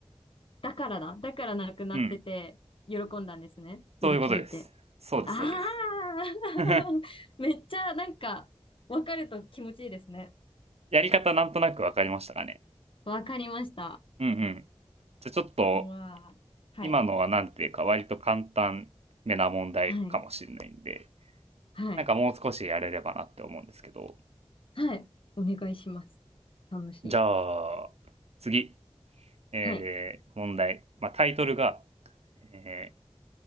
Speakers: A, on the left (about 55°); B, on the right (about 80°).
A: だからだ。だからなくなってて、
B: うん。
A: 喜んだんですね。売り切れて。
B: そういうことです。そうです、
A: ああ
B: そうです。
A: <laughs>
B: <laughs>
A: めっちゃなんか、わかると気持ちいいですね。
B: やり方なんとなくわかりましたかね。
A: わかりました。
B: うんうん。じゃあちょっと、
A: うわあ。はい。
B: 今のはなんていうか、割と簡単めな問題かもしれないんで、
A: はい。はい。
B: なんかもう少しやれればなって思うんですけど、
A: はい。お願いします。楽しい。
B: じゃあ、次、えー問題。
A: はい。
B: まあ、タイトルが、えー